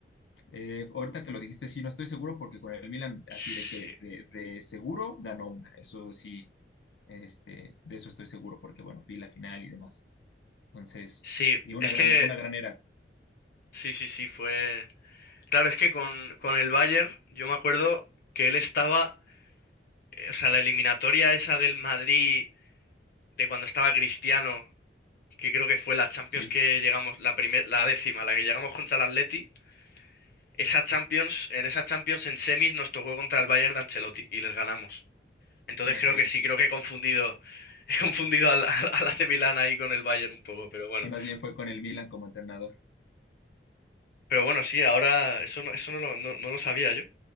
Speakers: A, on the left; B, on the left.
A: Eh, ahorita que lo dijiste, sí, no estoy seguro porque con el Milan,
B: Sí,
A: así de que de, de seguro ganó una. Eso sí, este, de eso estoy seguro porque, bueno, vi la final y demás. Entonces,
B: sí,
A: y una
B: es
A: gran,
B: que.
A: una gran era.
B: Sí, sí, sí, fue. Claro, es que con, con el Bayern, yo me acuerdo que él estaba. eh, o sea, la eliminatoria esa del Madrid, de cuando estaba Cristiano, que creo que fue la Champions
A: Sí,
B: que llegamos, la primer, la décima, la que llegamos contra el Atleti. Esa Champions, en esa Champions en semis nos tocó contra el Bayern de Ancelotti y les ganamos. Entonces
A: ok.
B: creo que sí, creo que he confundido, <laughs> he confundido al, al, al AC Milan ahí con el Bayern un poco, pero bueno.
A: Sí, más bien fue con el Milan como entrenador.
B: Pero bueno, sí, ahora eso no, eso no lo, no, no lo sabía yo.